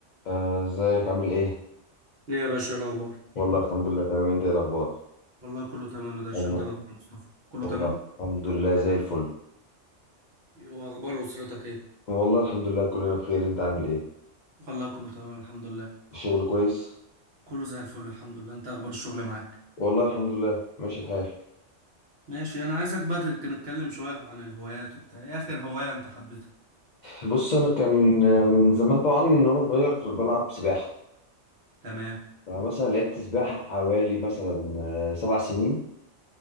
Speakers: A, on the left; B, on the right.
A: آه، ازيك عامل ايه؟
B: ليه يا باشا إيه الاخبار
A: والله الحمد لله تمام انت ايه الاخبار؟
B: والله كله تمام يا درش
A: والله
B: انت الاخبار يا مصطفى كله
A: والله
B: تمام
A: الحمد لله زي الفل
B: واخبار اسرتك ايه
A: والله الحمد لله كلنا بخير انت عامل ايه؟
B: والله كله تمام الحمد لله
A: الشغل كويس؟
B: كله زي الفل الحمد لله انت اخبار الشغل معاك
A: والله الحمد لله ماشي الحال
B: ماشي انا عايزك بقى تك- نتكلم شويه عن الهوايات وبتاع ايه اخر هوايه انت حبيتها
A: بص انا كان من زمان طبعا من وانا صغير بلعب سباحة
B: تمام
A: فمثلا لعبت سباحة حوالي مثلا آه، سبع سنين